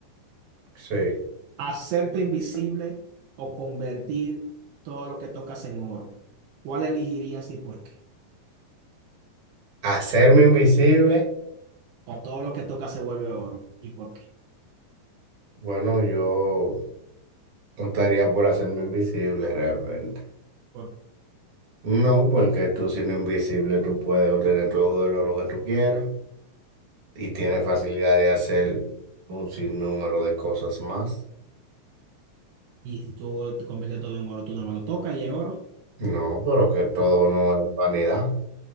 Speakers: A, on the right; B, on the right.
A: Sí.
B: hacerte invisible o convertir todo lo que tocas en oro. ¿Cuál elegirías y por qué?
A: Hacerme invisible.
B: O todo lo que tocas se vuelve oro y por qué.
A: Bueno, yo optaría por hacerme invisible realmente.
B: Por- qué?
A: No, porque tú siendo invisible tú puedes obtener todo el oro que tú quieras y tienes facilidad de hacer un sinnúmero de cosas más.
B: Y si tú te conviertes todo en oro, tú nomás lo tocas y es oro.
A: No, pero que todo no es vanidad.